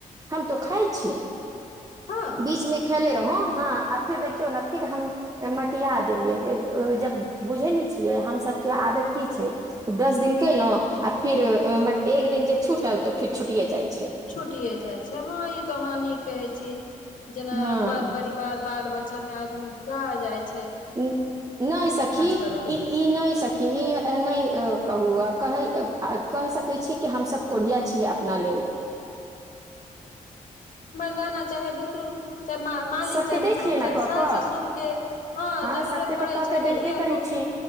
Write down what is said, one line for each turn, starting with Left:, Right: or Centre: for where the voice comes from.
Right: हम तऽ खाय छि
Left: हँ
Right: बीच मे खेले रहौं हँ आ फेर देखियौ न फिर हम मटिया देलियै जब बुझै नहि छियै हमसभके आदत की छै दस दिन केलहुँं आ फिर म एक दिन जे छूटल तऽ फिर छुटिए जाइ छै
Left: छुटिए जाइ छै हां ई हां नीक कहै छी जेना
Right: हँ
Left: पर परिवार बाल बच्चा में आदमी भुला जाय
Right: नैय सखी ई
Left: करे
Right: ई नैय सखी ई नैय कहू कह कहि सकै छी कि हमसभ कोढ़िया छियै अपना लेल
Left: स ने चाहे बुतरू चाहे मा मालिक
Right: सबके
Left: चाहे
Right: दै
Left: बुतरू
Right: छियै
Left: चाहे
Right: ने कऽ
Left: सास
Right: कऽ
Left: ससुर के हँ जरूरत
Right: सबके
Left: पड़े
Right: कऽ
Left: छै
Right: के
Left: तऽ
Right: देबे
Left: एक
Right: करै छी